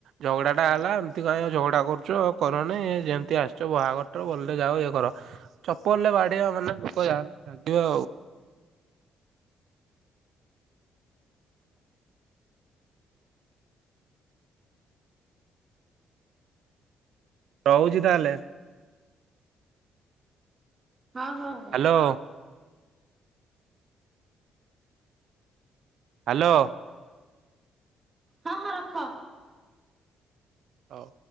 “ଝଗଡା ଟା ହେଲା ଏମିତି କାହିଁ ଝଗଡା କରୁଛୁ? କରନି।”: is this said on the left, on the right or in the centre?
Right